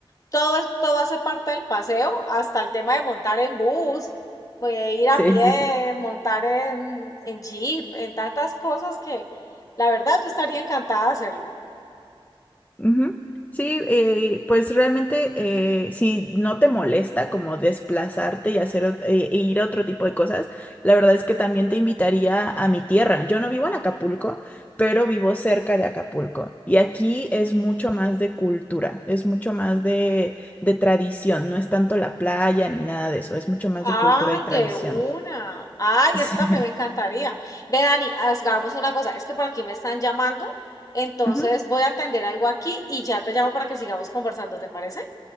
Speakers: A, on the left (about 40°); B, on the left (about 15°).
A: todo, es- todo hace parte del paseo, hasta el tema de montar en bus, voy a ir a
B: Sí,
A: pie,
B: sí, sí.
A: montar en, en jeep, en tantas cosas que la verdad yo estaría encantada de hacerlo.
B: Ujú. Sí, eh, pues realmente eh, si no te molesta como desplazarte y hacer ot- e e ir a otro tipo de cosas, la verdad es que también te invitaría a mi tierra. Yo no vivo en Acapulco, pero vivo cerca de Acapulco y aquí es mucho más de cultura, es mucho más de, de tradición, no es tanto la playa ni nada de eso, es mucho más
A: Ay,
B: de cultura y tradición.
A: de una.
B: <laughs>
A: Ay,
B: Sí.
A: eso también me encantaría. Ve, Dani, hagamos una cosa. Es que por aquí me están llamando, entonces
B: Ujú.
A: voy a atender algo aquí y ya te llamo para que sigamos conversando, ¿te parece?